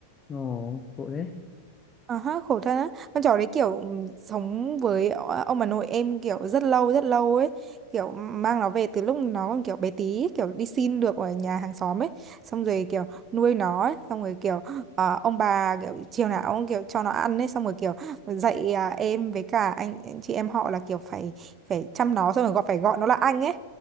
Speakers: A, on the left (about 20°); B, on the right (about 25°).
A: Ồ, tội đấy.
B: À ha, khổ thân á. Con chó đấy kiểu ừm, sống với o- ông bà nội em kiểu rất lâu rất lâu ấy. Kiểu mang nó về từ lúc nó còn kiểu bé tí, ấy, kiểu đi xin được ở nhà hàng xóm ấy. Xong rồi kiểu nuôi nó ấy. Xong rồi kiểu ờ, ông bà kiểu chiều nào ông kiểu cho nó ăn ấy. Xong rồi kiểu dạy à, em với cả anh anh chị em họ là kiểu phải phải chăm nó. Xong rồi gọi phải gọi nó là anh ấy.